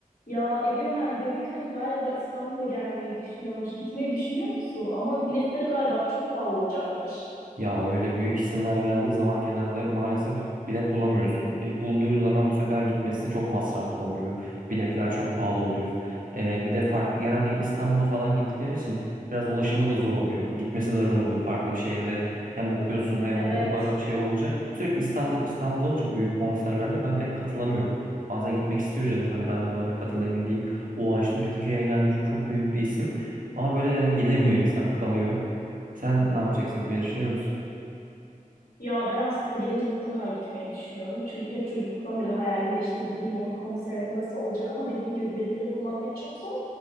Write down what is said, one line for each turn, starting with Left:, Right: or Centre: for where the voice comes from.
Left: Ya Egemen, Devikan galiba İstanbul'a gelmeyi düşünüyormuş. Gitmeyi düşünüyor musun? Ama biletleri galiba çok pahalı olacakmış.
Right: Ya öyle büyük isimler geldiği zaman genelde maalesef bilet bulamıyorsun. E, bulduğun zaman bu sefer gitmesi çok masraflı oluyor. Biletler çok pahalı oluyor. E, bir de farklı genelde İstanbul'a falan gittikleri için biraz ulaşımı da zor oluyor. Gitmesi de zor oluyor. Farklı bir şehirde hem okuyorsun hem
Left: Evet.
Right: bir bara şey olunca sürekli İstanbul İstanbul olunca büyük konserlerde ben pek katılamıyorum. Bazen gitmek istiyor canım. Hadi ben de buna da katılayım edeyim. O işte Türkiye'ye gelmiş çok büyük bir isim. Ama böyle yani gidemiyor insan kalıyor. Sen ne yapacaksın? Ne düşünüyor musun?
Left: Ya ben aslında gelince mutlaka gitmeyi düşünüyorum. Çünkü hep çocukluktan beri hayalim de işte gideyim onun konserine nasıl olacak ama dediğin gibi biletleri bulmak hem çok zor